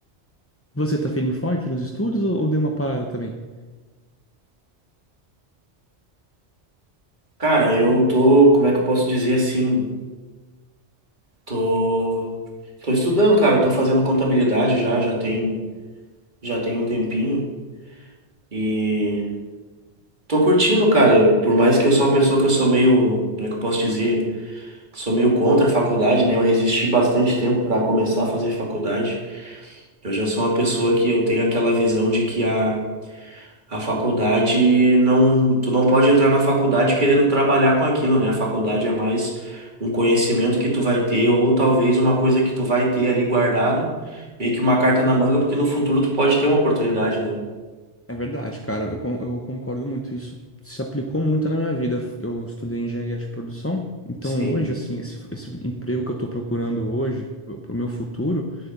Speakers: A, on the left; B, on the right.
A: Você tá firme e forte nos estudos ou, ou deu uma parada também?
B: Cara, eu tô, como é que eu posso dizer assim? Tô, tô estudando, cara, tô fazendo contabilidade já, já tem, já tem um tempinho. E Tô curtindo, cara. Por mais que eu sou uma pessoa que eu sou meio, como é que eu posso dizer? Sou meio contra a faculdade, né? Eu resisti bastante tempo para começar a fazer faculdade. Eu já sou uma pessoa que eu tenho aquela visão de que a, a faculdade não, tu não pode entrar na faculdade querendo trabalhar com aquilo, né? A faculdade é mais um conhecimento que tu vai ter ou talvez uma coisa que tu vai ter ali guardado, meio que uma carta na manga, porque no futuro tu pode ter uma oportunidade, né?
A: É verdade, cara. Eu, con- eu concordo muito. Isso se aplicou muito na minha vida. Eu estudei engenharia de produção, então
B: Sim.
A: hoje, assim, esse, esse emprego que eu estou procurando hoje, para o meu futuro,